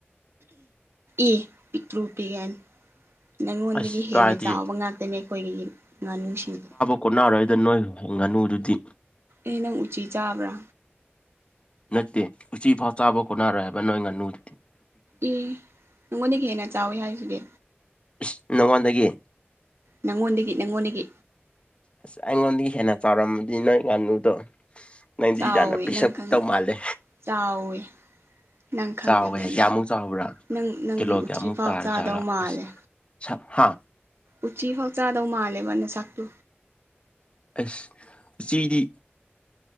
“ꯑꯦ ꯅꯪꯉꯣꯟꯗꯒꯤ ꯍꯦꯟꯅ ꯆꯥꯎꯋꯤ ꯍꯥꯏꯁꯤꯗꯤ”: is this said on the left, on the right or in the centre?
Right